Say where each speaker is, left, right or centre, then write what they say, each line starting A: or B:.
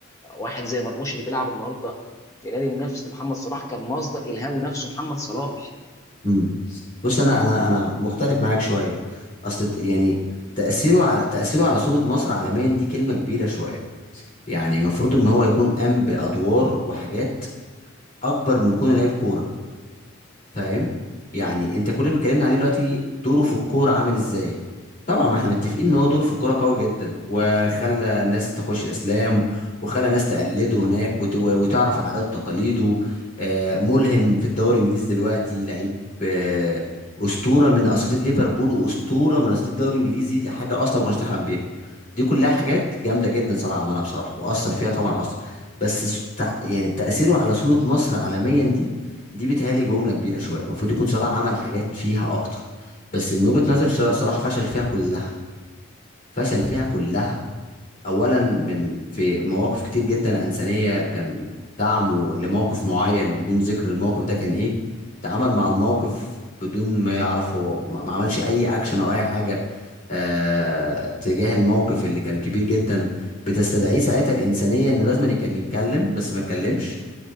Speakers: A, on the left (about 15°); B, on the left (about 40°).
A: واحد زي مرموش اللي بيلعب النهارده في نادي منافس لمحمد صلاح كان مصدر الهامه نفسه محمد صلاح
B: امم بص انا انا انا مختلف معاك شويه اصل ت- يعني تاثيره على تاثيره على صوره مصر عالميا دي كلمه كبيره شويه يعني المفروض ان هو يكون قام بادوار وحاجات اكبر من كونه لعيب كوره فاهم
A: مم.
B: يعني انت كل اللي بيتكلمنا عليه دلوقتي دوره في الكوره عامل ازاي طبعا ما احنا متفقين ان هو دوره في الكوره قوي جدا وخلى ناس تخش الاسلام وخلى ناس تقلده هناك وت... وتعرف عاداته وتقاليده آه، ملهم في الدوري الانجليزي دلوقتي لعيب آه، اسطوره من اساطير ليفربول واسطوره من اساطير الدوري الانجليزي دي حاجه اصلا ما كناش نحلم بيها دي كلها حاجات جامده جدا صلاح عملها بصراحه واثر فيها طبعا اثر بس س- تع- يعني تاثيره على صوره مصر عالميا دي دي بتهيألي جمله كبيره شويه المفروض يكون صلاح عمل حاجات فيها اكتر بس من وجهه نظري صلاح صلاح فشل فيها كلها فشل فيها كلها اولا من في مواقف كتير جدا انسانيه كان دعمه لموقف معين بدون ذكر الموقف ده كان ايه تعامل مع الموقف بدون ما يعرف هو ما ما عملش اي اكشن او اي حاجه آه تجاه الموقف اللي كان كبير جدا بتستدعيه ساعتها الانسانيه انه لازم كان يتكلم بس ما اتكلمش